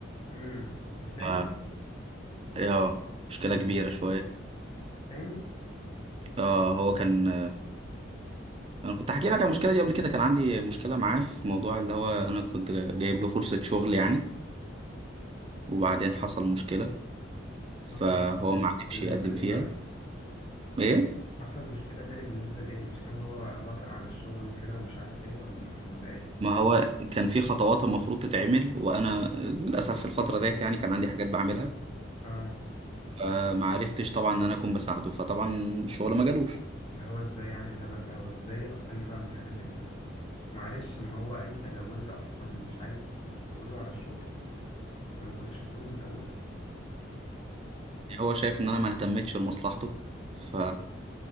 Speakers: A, on the left; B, on the right.
A: امم التاني
B: ف... يا مشكله
A: امم
B: كبيره شويه
A: التاني
B: اه هو كان انا كنت حكي لك على المشكله دي قبل كده كان عندي مشكله معاه في موضوع اللي هو انا كنت جايب له فرصه شغل يعني وبعدين حصل مشكله فهو
A: مثلا
B: ما عرفش
A: بالنسبه
B: يقدم
A: لايه
B: فيها
A: بقى
B: ايه
A: حصل مشكلة تاني بالنسبة لإيه مش كان هو وافق على الشغل وكده ومش عارف إيه ولا ولا إيه
B: ما هو كان في خطوات المفروض تتعمل وانا للاسف في الفتره ديت يعني كان عندي حاجات بعملها
A: آه
B: فما عرفتش طبعا ان انا اكون بساعده فطبعا الشغل ما جالوش
A: اللي هو إزاي يعني الهبل ده هو إزاي أصلا يزعل من حاجة زي كده معلش ما هو أنت لو أنت أصلا مش عايز تقول له على الشغل أنت ما كنتش هتقول له من الأول
B: هو شايف ان انا ما اهتمتش لمصلحته ف